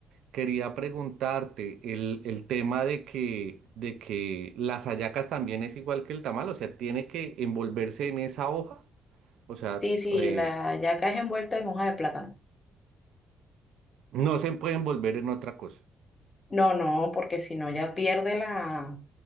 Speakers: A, on the right; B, on the left.
A: Quería preguntarte el, el tema de que, de que las hallacas también es igual que el tamal, o sea, tiene que envolverse en esa hoja, o sea,
B: sí, sí,
A: eh,
B: la hallaca es envuelta en hoja de plátano.
A: no se puede envolver en otra cosa,
B: No, no, porque si no ya pierde la,